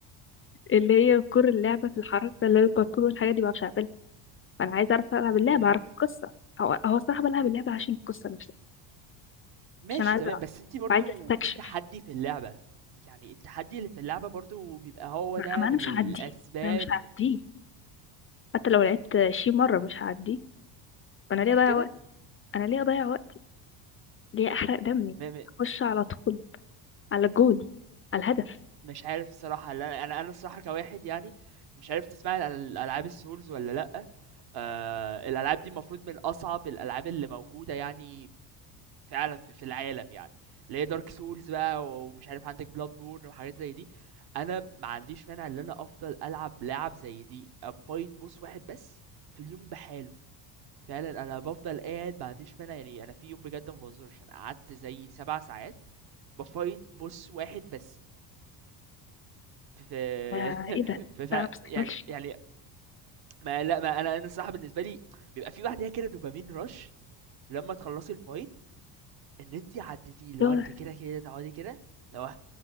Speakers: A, on the left; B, on the right.
A: اللي هي كور اللعبه في الحركه اللي هي الباركور والحاجات دي ما بعرفش اعملها فانا عايزه اعرف العب
B: إمم،
A: اللعبه اعرف القصه هو هو الصراحه بلعب اللعبه عشان القصه نفسها
B: ماشي
A: عشان عايزه
B: تمام،
A: اعرف
B: بس أنتِ برضه
A: وعايزه استكشف
B: في تحدّي في اللعبة، يعني التحدّي اللي في اللعبة برضه بيبقى هو
A: ما
B: ده
A: ما
B: من
A: انا مش هعديه
B: الأسباب
A: ما انا مش هعديه حتى لو لعبت شي مره مش هعديه فانا
B: متأكدة؟
A: ليه اضيع وقت انا ليه اضيع وقت ليه احرق دمي
B: م م
A: اخش على طول على الجول على الهدف
B: مش عارف الصراحة لا أنا أنا الصراحة كواحد يعني مش عارف تسمعي عن ال ألعاب الSouls والّا لأ، آآ الألعاب دي المفروض من أصعب الألعاب اللي موجودة يعني فعلًا في في العالم يعني، اللي هي Dark Souls بقى ومش عارف عندِك Bloodborne وحاجات زي دي، أنا ما عنديش مانع إن أنا أفضل ألعب لعب زي دي أfight boss واحد بس في اليوم بحاله، فعلًا أنا بافضل قاعد ما عنديش مانع يعني أنا في يوم بجد ما باهزرش أنا قعدت زي 7 ساعات بafight boss واحد بس. ف
A: آه ايه ده لا
B: ف ف
A: انا ما
B: <laughs>
A: بستحملش
B: يعني يعني ما لأ، ما أنا أنا الصراحة بالنسبة لي بيبقى في بعديها كده دوبامين rush لمّا تخلّصي الfight إن أنتِ عدّيتيه، اللي
A: دور
B: هو أنتِ كده، كده تقعدي كده اللي هو